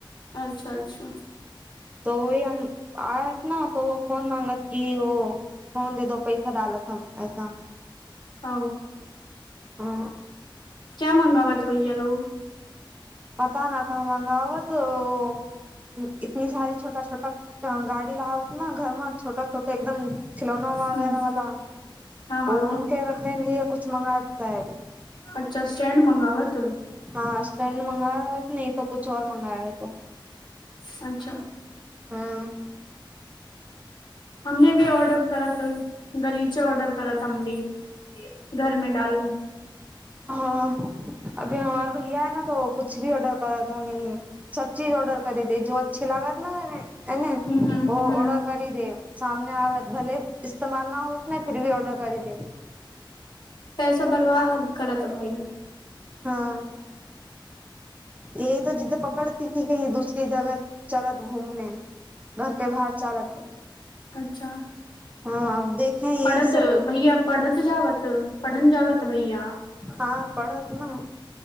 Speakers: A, on the left; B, on the right.
A: अच्छा अच्छा।
B: त ओय हम आयत न त वो फोन माँगत कि ओ। फोन दे दो पैसा डालत हम पैसा।
A: आ
B: ह
A: क्य मंगाबत भैया लोग।
B: पता न क मगाबत हो। इतनी सारी छोटा-छोटा गाड़ी लागत न घर मे छोटा छोटा एकदम। खिलौना वगैरह
A: हम्म
B: वाला
A: हाँ हाँ
B: ओ उनके रखने लिए कुछ मंगातै।
A: अच्छा स्टेंड मंगाबत।
B: हँ स्टैड मंगायात नही त कुछ और मंगयात
A: सच्चा
B: हाँ
A: हमने भी ऑर्डर कराथ गलीचे ऑर्डर कराथ हम भी घर मे डालम
B: हँ अभी हमार भैया है ने तो कछ भी ऑर्डर कर त हनी सब चीज ऑर्डर करी दे जो अच्छे लागत इने
A: हूं हूं
B: ओ ऑर्डर
A: हूं
B: करी दे सामने आब भले इ्स्तेमाल न होत ना फिर भी ऑर्डर करी दे
A: पैसा बर्बाद करत भाय
B: हाँ। ए त जिद्द पकड़ती कि कही दूसरी जगह चलत घूमने घर के बाहर चालत
A: कच्छा
B: हँ अब देखे यही
A: पढ़त
B: सब
A: भैया पढ़त जावत पढ़न जावत भैया
B: हँ पढ़त न